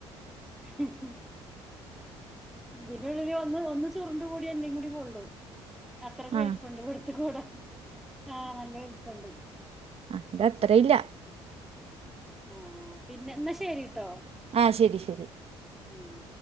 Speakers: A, in the centre; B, on the right (about 45°).
A: ഹ് ഇതിനുള്ളില് ഒന്ന് ഒന്ന് ചുരുണ്ട് കൂടിയാൽ എന്നെ കൂടി കൊള്ളും അത്രക്ക്
B: ആഹ്
A: വലിപ്പണ്ട് ഇവിടുത്തെ കുട ആഹ് നല്ല വലിപ്പണ്ട്
B: അതിന്റെ അത്രയും ഇല്ല
A: ആഹ് പിന്നെ എന്നാ ശരിട്ടോ
B: ആഹ് ശരി ശരി
A: ആഹ്